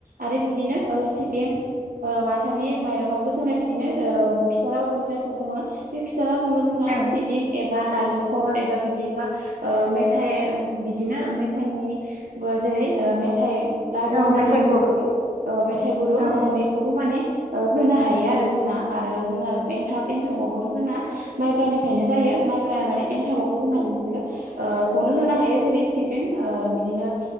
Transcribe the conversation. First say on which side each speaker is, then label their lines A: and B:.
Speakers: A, on the right (about 75°); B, on the right (about 55°).
A: आरो बिदिनो ओ सिबिं ओ माथानि माइरंआवबो जोंना बिदिनो ओ फिथा लावदुम जायखौ बुङो बे फिथा लावदुमा जोंहा
B: औ
A: सिबिं ए बा नालेंखर एबा बिदिनो ओ मेथाय बिदिनो मेथायनि ओ जे जै मेथाइ लारु
B: औ
A: होननानै
B: मेथाइ
A: बुंनो
B: गुर
A: हायो। ओ मेथाइ गुरु
B: औ
A: जोङो बेखौबो माने ओ होनो हायो आरो जोंना। आरो जोंना एनथाब एन्थाबावबोथ' जोंना माइब्रानिफ्रायनो जायो। माइब्रा माने एनथाबबावो जोंना ओ खौनो होनो हायो जेरै सिबिं ओ बिदिनो